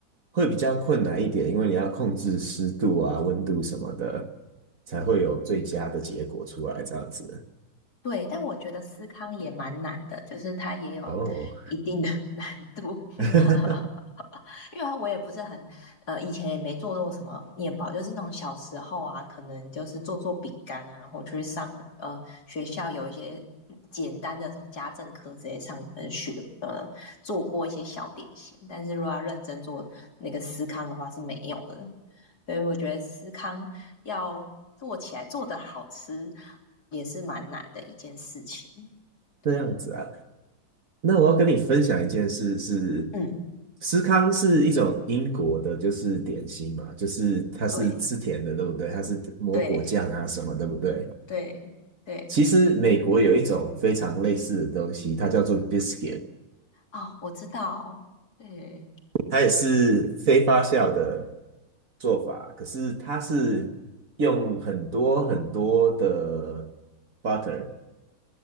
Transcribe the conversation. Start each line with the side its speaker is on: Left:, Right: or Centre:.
Right: 会比较困难一点，因为你要控制湿度啊、温度什么的，才会有最佳的结果出来，这样子。
Left: 对，对但我觉得思康也蛮难的，就是它也有一定的
Right: 哦。
Left: <laughs> 难度。
Right: <laughs>
Left: <laughs> 因为我也不是很，呃，以前也没做过什么面包，就是那种小时候啊，可能就是做做饼干啊，然后去上呃学校有一些简单的什么家政课之类上呃学呃做过一些小点心，但是如果要认真做那个司康的话是没有的，所以我觉得司康要做起来做的好吃也是蛮难的一件事情。对，
Right: 这样子啊，那我要跟你分享一件事是，
Left: 嗯，
Right: 司康是一种英国的，就是点心嘛，就是它是吃甜的，
Left: 对
Right: 对不对？它是抹果酱啊什么，
Left: 对
Right: 对不对？
Left: 对对。
Right: 其实美国有一种非常类似的东西，它叫做 biscuit，
Left: 哦，我知道，对
Right: 它也是非发酵的做法，可是它是用很多很多的 butter